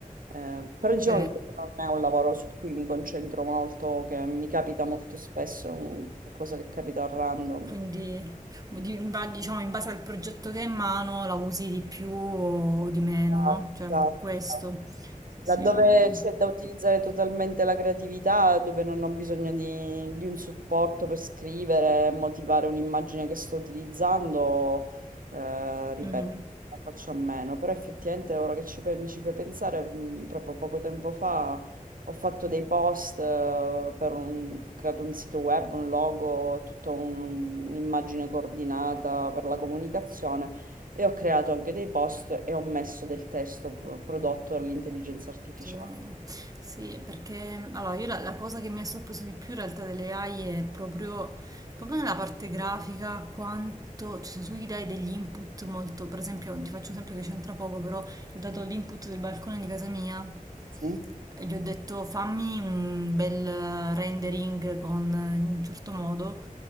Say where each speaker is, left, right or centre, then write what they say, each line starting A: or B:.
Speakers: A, on the right (about 75°); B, on the right (about 25°).
A: Eh, però diciamo
B: Ok,
A: che questo non è un lavoro su cui mi concentro molto, che mi capita molto spesso, è un qualcosa che capita a random.
B: quindi di- in ba- diciamo in base al progetto che hai in mano la usi di più o di meno,
A: Ah,
B: no? Cioè
A: esatto,
B: un po' questo, sì,
A: Laddove
B: sì, è un
A: c'è
B: po'
A: da utilizzare totalmente la creatività, dove non ho bisogno di, di un supporto per scrivere, motivare un'immagine che sto utilizzando, eh, ripeto,
B: così.
A: ne faccio a meno. Però effettivamente ora che ci pe- mi ci fai pensare, mh, proprio poco tempo fa ho fatto dei post, eh, per un, ho creato un sito web, un logo, tutta un- un'immagine coordinata per la comunicazione. E ho creato anche dei post e ho messo del testo p- prodotto dall'intelligenza artificiale.
B: Assolutamente. Sì, perché allora io la, la cosa che mi ha sorpreso di più in realtà delle AI è proprio, proprio nella parte grafica, quanto, cioè, se tu gli dai degli input molto, per esempio, ti faccio un esempio che c'entra poco, però gli ho dato l'input del balcone di casa mia
A: Sì.
B: gli ho detto fammi un bel eh, rendering con eh, in un certo modo